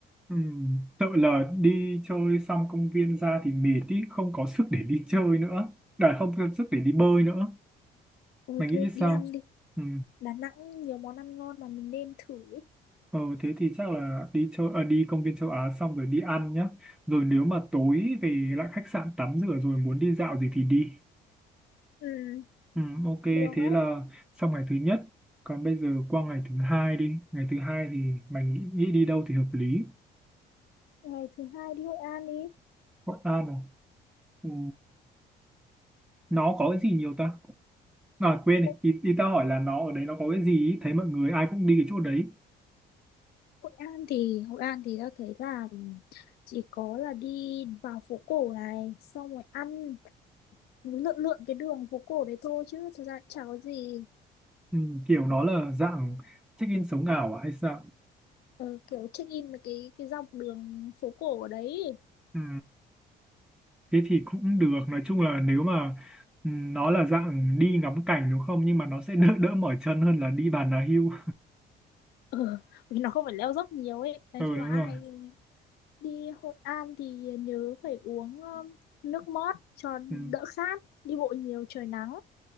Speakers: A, in the centre; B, on the left.
A: ừ, tự là đi chơi xong công viên ra thì mệt ý không có sức để đi chơi nữa đã không có sức để đi bơi nữa
B: ừ,
A: mày nghĩ
B: thôi
A: sao
B: đi ăn đi
A: ừ.
B: Đà Nẵng nhiều món ăn ngon mà mình nên thử ấy.
A: ờ, thế thì chắc là đi chơi à, đi công viên châu Á xong rồi đi ăn nhá rồi nếu mà tối về lại khách sạn tắm rửa rồi muốn đi dạo gì thì đi
B: Ừ,
A: Ừ, ok thế
B: được đấy.
A: là xong ngày thứ nhất còn bây giờ qua ngày thứ hai đi ngày thứ hai thì mày nghĩ, nghĩ đi đâu thì hợp lý
B: Ngày thứ hai đi Hội An đi.
A: Hội An à ừ, nó có cái gì nhiều ta à quên này.
B: Hội,
A: ý, ý tao hỏi là nó ở đấy nó có cái gì ý? thấy mọi người ai cũng đi cái chỗ đấy
B: Hội An thì Hội An thì tao thấy là chỉ có là đi vào phố cổ này, xong rồi ăn lượn lượn cái đường phố cổ đấy thôi chứ thực ra cũng chả có gì.
A: ừ, kiểu nó là dạng check-in sống ảo à hay sao
B: Ờ, kiểu check in với cái cái dọc đường phố cổ ở đấy.
A: ừ, thế thì cũng được nói chung là nếu mà ừ, nó là dạng đi ngắm cảnh đúng không nhưng mà nó sẽ đỡ đỡ mỏi chân hơn là đi bàn đà hưu
B: Ờ, vì nó không phải leo dốc nhiều ấy.
A: <laughs>
B: Nói
A: ừ
B: chung
A: đúng
B: là ai
A: rồi
B: đi Hội An thì nhớ phải uống um, nước mót cho
A: ừ.
B: đỡ khát. Đi bộ nhiều trời nắng.